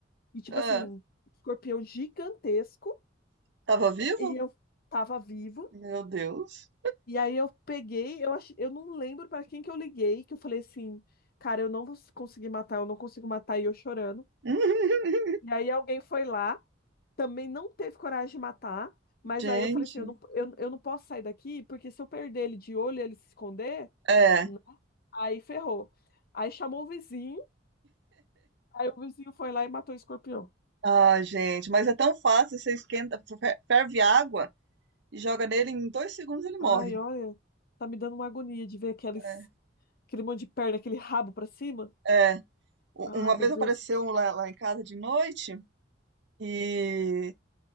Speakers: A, on the left (about 55°); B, on the right (about 65°).
A: e tipo
B: Ah,
A: assim, escorpião gigantesco,
B: tava vivo?
A: e eu tava vivo.
B: Meu Deus.
A: E aí eu peguei, eu acho, eu não lembro pra quem que eu liguei, que eu falei assim, cara, eu não vou conseguir matar, eu não consigo matar, e eu chorando.
B: <laughs>
A: E aí alguém foi lá, também não teve coragem de matar, mas
B: Gente,
A: aí eu falei assim, eu não, eu, eu não posso sair daqui, porque se eu perder ele de olho e ele se esconder,
B: é.
A: né? Aí ferrou. Aí chamou o vizinho, aí o vizinho foi lá e matou o escorpião.
B: Ah, gente, mas é tão fácil, você esquenta, fer- ferve água e joga nele, em dois segundos ele morre.
A: Ai, olha, tá me dando uma agonia de ver aqueles,
B: É,
A: aquele monte de perna, aquele rabo pra cima.
B: é. u-
A: Ai,
B: uma
A: meu
B: vez
A: Deus.
B: apareceu um lá, lá em casa de noite e